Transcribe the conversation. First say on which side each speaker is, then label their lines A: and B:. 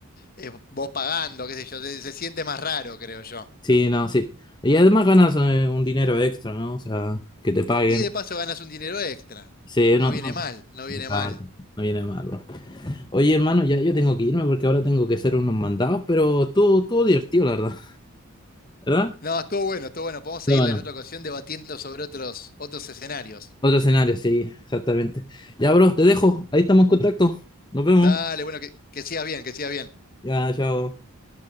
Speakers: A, on the left; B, on the left.
A: es vos pagando, qué sé yo, se, se siente más raro, creo yo.
B: Sí, no, sí. Y además ganas eh, un dinero extra, ¿no? O sea, que te paguen.
A: Y de paso ganas un dinero extra.
B: Sí,
A: No
B: no,
A: viene
B: no.
A: mal, no viene
B: Exacto.
A: mal.
B: No viene mal, bro. Oye, hermano, ya yo tengo que irme porque ahora tengo que hacer unos mandados, pero estuvo, estuvo divertido, la verdad. <laughs> ¿Verdad?
A: No, estuvo bueno, estuvo bueno. Podemos seguirla
B: No, bueno.
A: en otra ocasión debatiendo sobre otros, otros escenarios.
B: Otro escenario, sí, exactamente. Ya, bro, te dejo. Ahí estamos en contacto. Nos vemos.
A: Dale, bueno, que, que sigas bien, que sigas bien.
B: Ya, chao.